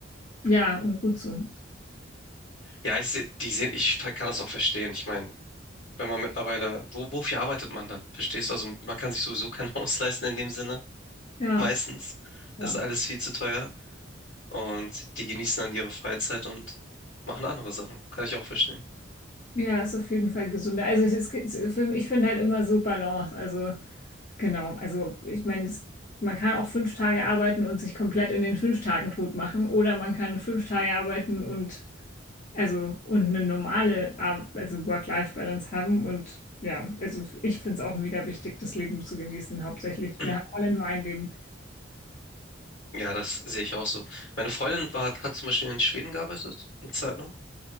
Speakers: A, on the left; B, on the left.
A: Ja, und gut so.
B: Ja, ich seh, die sehen, ich ver- kann das auch verstehen. Ich meine, wenn man mittlerweile, wo, wofür arbeitet man dann? Verstehst du? Also man kann sich sowieso kein <laughs> Haus leisten in dem Sinne,
A: Ja.
B: meistens.
A: Ja,
B: Das ist alles viel zu teuer. Und die genießen dann ihre Freizeit und machen andere Sachen. Kann ich auch verstehen.
A: Ja, ist auf jeden Fall gesünder. Also es ist, es- für- ich finde halt immer so Balance. Also genau. Also ich meine, es- man kann auch fünf Tage arbeiten und sich komplett in den fünf Tagen tot machen. Oder man kann fünf Tage arbeiten und also und eine normale Ar- also Work-Life-Balance haben. Und ja, also ich finde es auch mega wichtig, das Leben zu genießen, hauptsächlich.
B: <clears throat>
A: Wir haben alle nur ein Leben.
B: Ja, das sehe ich auch so. Meine Freundin war, hat zum Beispiel in Schweden gearbeitet, eine Zeit lang.